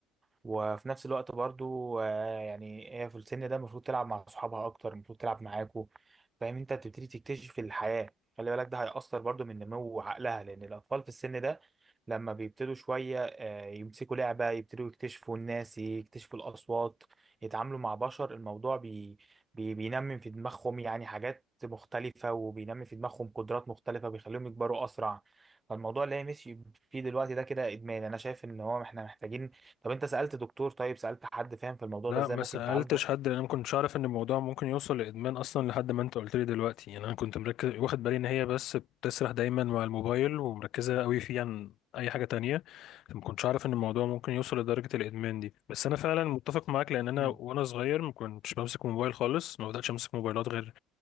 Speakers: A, on the right; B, on the left.
A: وفي نفس الوقت برضو آه، يعني هي في السن ده المفروض تلعب مع صحابها اكتر المفروض تلعب معاكوا فاهم انت بتبتدي تكتشف الحياة خلي بالك ده هيأثر برضو من نمو عقلها لان الاطفال في السن ده لما بيبتدوا شوية آه، يمسكوا لعبة يبتدوا يكتشفوا الناس يكتشفوا الاصوات يتعاملوا مع بشر الموضوع بي بي بينمي في دماغهم يعني حاجات مختلفة وبينمي في دماغهم قدرات مختلفة بيخليهم يكبروا اسرع فالموضوع اللي هي ماشي فيه دلوقتي ده كده ادمان انا شايف ان هو احنا محتاجين طب انت سألت دكتور طيب سألت حد فاهم في الموضوع
B: لا
A: ده ازاي
B: ما
A: ممكن
B: سألتش
A: تعالجه
B: حد لأن أنا ما كنتش أعرف إن الموضوع ممكن يوصل لإدمان أصلا لحد ما أنت قلت لي دلوقتي يعني أنا كنت مركز واخد بالي إن هي بس بتسرح دايما مع الموبايل ومركزة قوي فيه عن أي حاجة تانية فما كنتش أعرف إن الموضوع ممكن يوصل لدرجة الإدمان دي بس أنا فعلا متفق معاك لأن أنا
A: مم.
B: وأنا صغير ما كنتش بمسك موبايل خالص ما بدأتش أمسك موبايلات غير